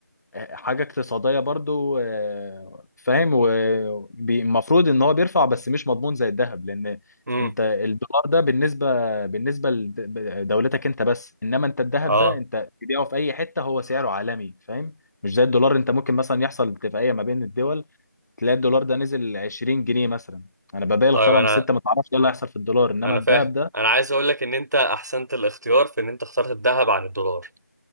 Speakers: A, on the left; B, on the right.
A: آه، حاجه اقتصاديه برضو آه، فاهم والمفروض ان هو بيرفع بس مش مضمون زي الذهب لان
B: امم
A: انت الدولار ده بالنسبه بالنسبه لدولتك انت بس انما انت الذهب
B: اه
A: ده انت تبيعه في اي حته هو سعره عالمي فاهم مش زي الدولار انت ممكن مثلا يحصل اتفاقيه ما بين الدول تلاقي الدولار ده نزل 20 جنيه مثلا انا ببالغ
B: طيب
A: طبعا
B: انا
A: بس انت ما تعرفش ايه اللي هيحصل في الدولار انما
B: انا
A: الذهب
B: فاهم
A: ده
B: انا عايز اقول لك ان انت احسنت الاختيار في ان انت اخترت الذهب عن الدولار